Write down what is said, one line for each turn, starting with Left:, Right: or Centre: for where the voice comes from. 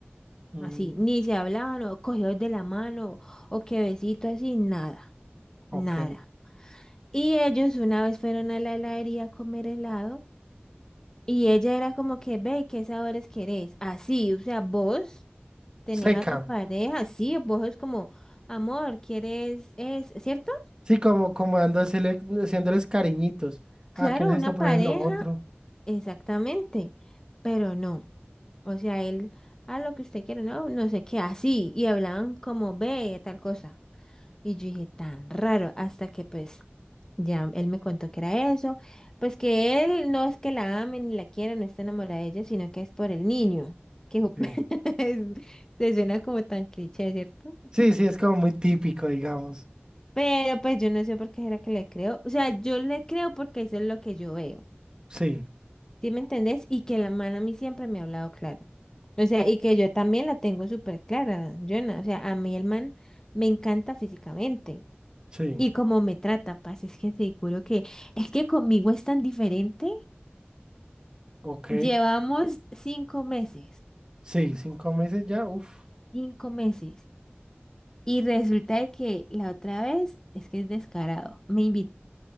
Right: Mm,
Left: Así, ni se hablaban, o cogidos de la mano, o que besito, así, nada,
Right: ok.
Left: nada. Y ellos una vez fueron a la heladería a comer helado, y ella era como que, ve, ¿qué sabores querés? Así, o sea, vos. Tenés
Right: Seca.
Left: a tu pareja, sí, vos es como, amor, ¿quieres es, ¿cierto?
Right: Sí, como, como dándosele- haciéndoles cariñitos.
Left: Claro,
Right: Ah, ¿quieres esto
Left: una
Right: poner
Left: pareja,
Right: lo otro?
Left: exactamente, pero no. O sea, él, a lo que usted quiere, no, no sé qué, así, y hablaban como ve, tal cosa. Y yo dije, tan raro, hasta que pues ya él me contó que era eso, pues que él no es que la ame ni la quiera, no está enamorada de ella, sino que es por el niño, que
Right: Sí.
Left: <laughs> te suena como tan cliché, ¿cierto?
Right: Sí, sí, es como muy típico, digamos.
Left: Pero pues yo no sé por qué era que le creo. O sea, yo le creo porque eso es lo que yo veo.
Right: Sí,
Left: ¿Sí me entendés? Y que la man a mí siempre me ha hablado claro. O sea, y que yo también la tengo súper clara, Jonah. O sea, a mí el man me encanta físicamente.
Right: sí,
Left: Y como me trata, paz, es que seguro que es que conmigo es tan diferente.
Right: ok.
Left: Llevamos cinco meses,
Right: Sí, cinco meses ya, uff,
Left: cinco meses. Y resulta de que la otra vez es que es descarado. Me invitó